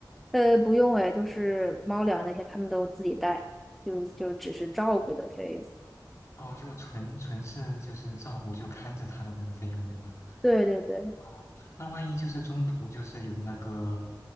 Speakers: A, in the centre; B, on the left (about 40°).
A: 呃，不用哎，就是猫粮那些他们都自己带，就就只是照顾的费用。
B: 哦，就纯纯是就是照顾就看着他的那个费用对吧？
A: 对对对，
B: 哦，那万一就是中途就是有那个，